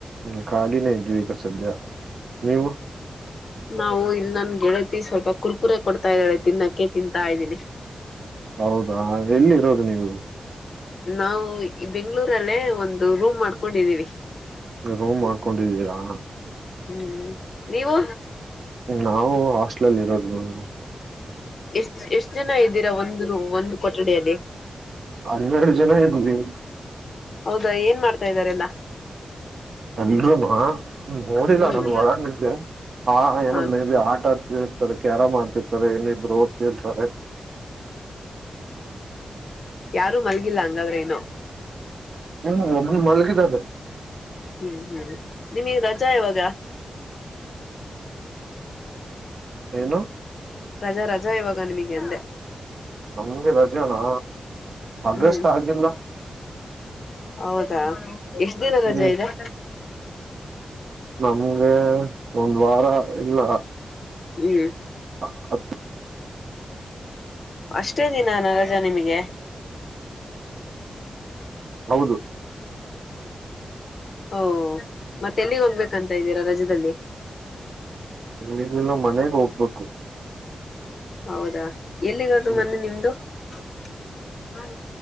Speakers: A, on the right; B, on the left.
A: ಹ್ಮ್ ಖಾಲಿನೆ ಇದೀವಿ ಸದ್ಯ ನೀವು
B: ನಾವು ಇಲ್ ನನ್ ಗೆಳತಿ ಸ್ವಲ್ಪ ಕುರ್ಕುರೆ ಕೊಡ್ತಾ ಇದ್ದಾಳೆ ತಿನ್ನೋಕ್ಕೆೆ ತಿಂತ ಇದ್ದೀನಿ
A: ಹೌದಾ ಎಲ್ಲಿ ನೀವು
B: ನಾವು ಬೆಂಗಳೂರು ಲ್ಲೇ ಒಂದು ರೂಮ್ ಮಾಡ್ಕೊಂಡಿದ್ದೀವಿ
A: ರೂಮ್ ಮಾಡ್ಕೊಂಡಿದ್ದೀರ ಹಾ
B: ಹ್ಮ್ ನೀವು
A: ನಾವು ಹಾಸ್ಟ್ಲಲ್ಲಿ ಇರೋದು ಮಂಗ್ಗಳೂರು
B: ಎಷ್ಟ ಎಷ್ಟ್ ಜನ ಇದ್ದೀರಾ ಒಂದ್ ಒಂದ್ ಕೊಠಡಿಯಲ್ಲಿ
A: ಹನ್ನೆರಡು ಜನ ಇದ್ವಿ
B: ಹೌದಾ ಏನ್ ಮಾಡ್ತ ತ ಇದ್ದಾರೆಲ್ಲ
A: ಅಲ್ರಮ್ಮ ನೋಡಿಲ್ಲ
B: ಹ್ಮ್
A: ನಂದು ಹೊರಿದ್ದೆ ಆ ಏನಂದ್
B: ಹಾ
A: ಮೇ ಬಿ ಆಟ ಆ ಹ್ಮ ಕ್ಯಾರ ಮಾಡ್ತಿರ್ತಾರೆ ನಿ ಗ್ರೋತ್ ಇರ್ತಾರೆ
B: ಯಾರೂ ಮಲ್ಗಿಲ್ಲ ಹಂಗಾದ್ರೆ ನೋ
A: ಹ್ಮ ಒಬ್ ಮಲ್ಕಿದ್ದದೆ
B: ಹ್ಮ್ ಹ್ಮ್ ನಿಮಗ್ ರಜಾ ಯಾವಾಗ
A: ಏನು
B: ರಜಾ ರಜಾ ಇವಾಗ ನಿಮಗೆ ಅಂದೆ
A: ನಮ್ಗೆ ರಜಾನಾ ಆಗಸ್ಟ್
B: ಹ್ಮ್
A: ಆಗಿಲ್ಲ
B: ಹೌದಾ ಎಷ್ಟ ದಿನ ರಜೆ
A: ಹ್ಮ್
B: ಇದೆ
A: ನಿಮ್ಗೆ ಒಂದ್ ವಾರ ಇಲ್ಲ
B: ಹ್ಮ್
A: ಹ ಹ
B: ಅಷ್ಟೇ ದಿನ ನರಜ ನಿಮಗೆ
A: ಹೌದು
B: ಓ ಮತ್ತೆ ಎಲ್ಲಿಗೆ ಹೋಗ್ಬೇಕಂತ ಇದ್ದೀರಾ ರಜದಲ್ಲಿ
A: ನ್ಲ್ಲ ಮನೆಗ್ ಹೋಗ್ಬೇಕು
B: ಹೌದಾ ಎಲ್ಲಿರೋದು
A: ಹ್ಮ್
B: ಮೊನ್ನೆ ನಿಮ್ದು ಹ್ಮ